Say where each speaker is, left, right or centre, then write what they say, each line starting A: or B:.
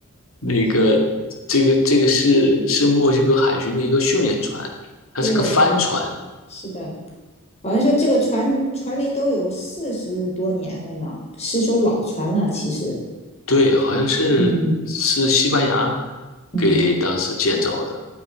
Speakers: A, on the left; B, on the left.
A: 那个
B: 是
A: 这个这个是是墨西哥海军的一个训练船，它是个帆船，
B: 对，是的，好像说这个船船龄都有四十多年了呢，是艘老船了。其实，
A: 对，好像是是西班牙
B: 嗯嗯，
A: 给当时建造的，